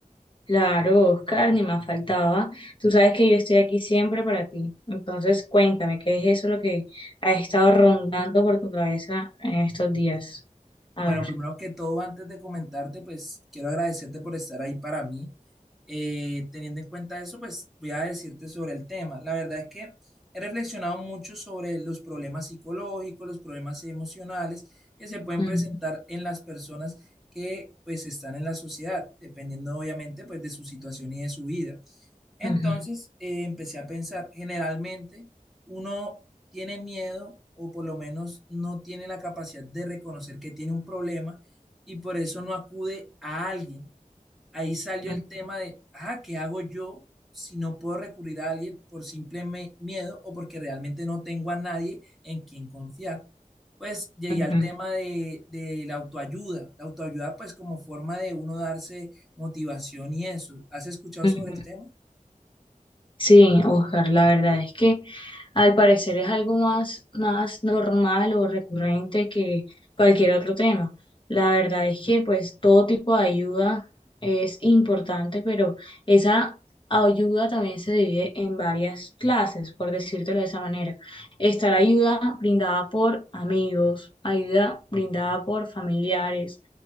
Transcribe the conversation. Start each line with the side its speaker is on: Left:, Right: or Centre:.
Left: Claro, Oscar, ni más faltaba. Tú sabes que yo estoy aquí siempre para ti. Entonces, cuéntame, ¿qué es eso lo que ha estado rondando por tu cabeza en estos días? A
Centre: Bueno,
Left: ver.
Centre: primero que todo, antes de comentarte, pues quiero agradecerte por estar ahí para mí. Eh, teniendo en cuenta eso, pues voy a decirte sobre el tema. La verdad es que he reflexionado mucho sobre los problemas psicológicos, los problemas emocionales que se pueden
Left: Ujú,
Centre: presentar en las personas que pues están en la sociedad, dependiendo obviamente pues de su situación y de su vida. Entonces
Left: ujú,
Centre: eh, empecé a pensar, generalmente uno tiene miedo o por lo menos no tiene la capacidad de reconocer que tiene un problema y por eso no acude a alguien. Ahí salió
Left: ujú,
Centre: el tema de, ah, ¿qué hago yo si no puedo recurrir a alguien por simple me- miedo o porque realmente no tengo a nadie en quien confiar? Pues llegué
Left: ujú,
Centre: al tema de, de la autoayuda. La autoayuda pues como forma de uno darse motivación y eso. ¿Has escuchado
Left: ujú.
Centre: sobre el tema?
Left: Sí, Oscar, la verdad es que al parecer es algo más, más normal o recurrente que cualquier otro tema. La verdad es que pues todo tipo de ayuda es importante, pero esa ayuda también se divide en varias clases, por decírtelo de esa manera. Está la ayuda brindada por amigos, ayuda brindada por familiares